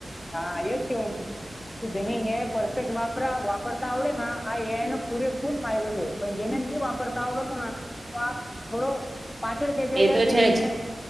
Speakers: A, on the left; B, on the right.
A: હા, એજ છેવા કે જેને એ પરફેક્ટ વાપર વાપરતા આવડે ને, આ નો પૂરેપૂર ફાયદો લે. પણ જેને નહીં વાપરતા આવડે, તો તો આ થોડો પાછળ ખેંચાઈ
B: એ
A: જાય
B: તો
A: કેમ
B: છે
A: કે
B: જ,
A: એને